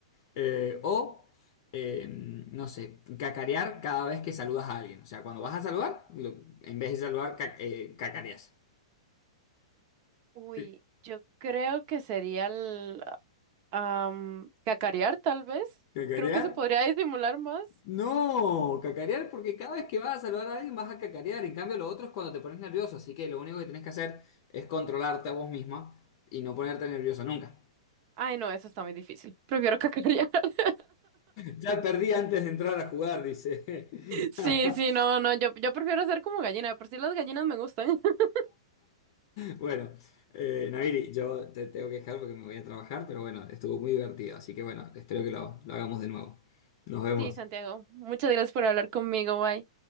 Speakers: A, on the left; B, on the right.
A: Eh, o, eh, no sé, cacarear cada vez que saludas a alguien. O sea, cuando vas a saludar, lo- en vez de saludar, ca- eh, cacareas.
B: Uy,
A: ¿Qué?
B: yo creo que sería el am, cacarear, tal vez.
A: ¿Cacarear?
B: Creo que se podría disimular más.
A: No, cacarear porque cada vez que vas a saludar a alguien vas a cacarear. En cambio, lo otro es cuando te pones nervioso. Así que lo único que tenés que hacer es controlarte a vos misma y no ponerte nervioso nunca.
B: Ay, no, eso está muy difícil. Prefiero cacarear. <laughs>
A: Ya perdí antes de entrar a jugar, dice.
B: Sí,
A: <laughs>
B: sí, no, no, yo, yo prefiero ser como gallina. De Por si las gallinas me gustan. <laughs>
A: Bueno, eh, Naviri, yo te tengo que dejar porque me voy a trabajar, pero bueno, estuvo muy divertido, así que bueno, espero que lo, lo hagamos de nuevo. Nos vemos.
B: Sí, Santiago, muchas gracias por hablar conmigo. Bye.